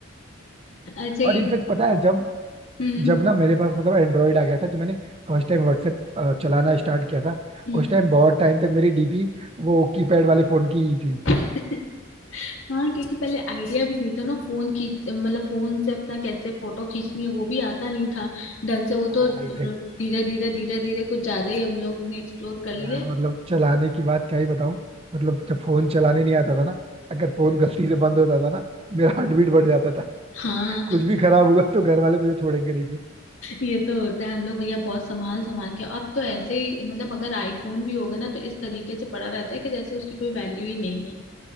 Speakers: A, on the left; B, on the right.
A: है। अच्छा ये
B: और इनफैक्ट पता है जब
A: हम्म
B: जब ना मेरे पास मतलब एंड्रॉइड आ गया था जब मैंने फर्स्ट टाइम व्हाट्सएप चलाना स्टार्ट किया था
A: हम्म
B: उस टाइम बहुत टाइम तक मेरी डीपी वो कीपैड वाले फोन की ही थी
A: <laughs> हाँ क्योंकि पहले आइडिया भी नहीं था ना फोन खींच मतलब फोन से अपना कैसे फोटो खींचनी है वो भी आता नहीं था ढंग से वो तो
B: हाँ
A: धीरे धीरे धीरे धीरे कुछ ज्यादा ही हम लोग ने एक्सप्लोर कर लिए
B: यार मतलब चलाने की बात क्या ही बताऊं मतलब जब फोन चलाने नहीं आता था ना अगर फोन गलती से बंद होता था ना मेरा हार्ट बीट बढ़ जाता था
A: हाँ
B: कुछ भी खराब हुआ तो घर वाले मुझे छोड़ेंगे नहीं फिर
A: ये तो होता है हम लोग भैया बहुत संभाल संभाल के अब तो ऐसे ही मतलब अगर आईफोन भी होगा ना तो इस तरीके से पड़ा रहता है कि जैसे उसकी कोई वैल्यू ही नहीं है